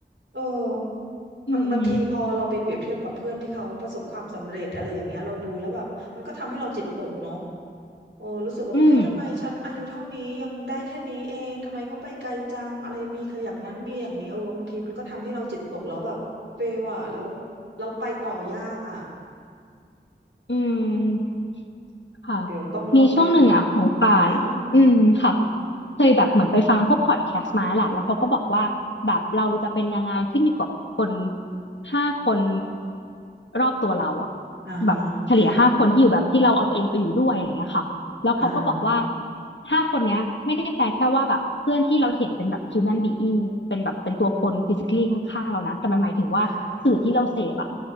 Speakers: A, on the right (about 85°); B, on the left (about 75°).
A: เออ
B: อืม
A: บางบางทีพอเราไปเปรียบเทียบกับเพื่อนที่เขาประสบความสำเร็จอะไรอย่างเงี้ยเราดูแล้วแบบมันก็ทำให้เราจิตตกเนาะ โอ้รู้สึกว่าเฮ้ยทำไมฉันอายุเท่านี้ยังได้แค่นี้เองทำไมเขาไปไกลจังอะไรมีคืออย่างนั้นมีอย่างนี้เออบางทีมันก็ทำให้เราจิตตกแล้วแบบเฟลอ่ะแล้ว
B: อืม
A: เราไปต่อยากอ่ะ
B: อืม
A: อืม
B: ค่ะ
A: เดี๋ยวต้องลองไปหา
B: มีช่วงหนึ่งอ่ะของป่านอืมค่ะ
A: อ่าฮะ
B: เคยแบบเหมือนไปฟังพวกพอดแคสต์มาแหละแล้วเขาก็บอกว่าแบบเราจะเป็นยังไงขึ้นอยู่กับคนห้าคนรอบตัวเราอ่ะ
A: อ่าฮะอ่าฮะ
B: แบบเฉลี่ยห้าคนที่อยู่แบบที่เราเอาตัวเองไปอยู่ด้วยอะไรเงี้ยค่ะแล้วเขาก็บอกว่า
A: อ่าฮะ
B: ห้าคนเนี้ยไม่ได้แปลแค่ว่าแบบเพื่อนที่เราเห็นเป็นแบบ human being เป็นแบบเป็นตัวคน physically ข้างๆเรานะแต่มันหมายถึงว่าสื่อที่เราเสพอ่ะ
A: อ่าฮะ